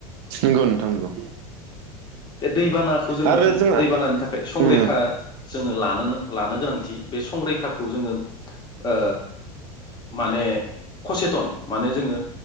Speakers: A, on the right; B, on the left.
A: नंगौ नोंथां नंगौ।
B: बे दैबानाखौ जोङो
A: आरो जोंहा
B: दैबानानि थाखाय संरैखा
A: उम
B: जोङो लानो लानो गोनांथि बे संरैखाखौ जोङो ओ माने कसेथन माने जोङो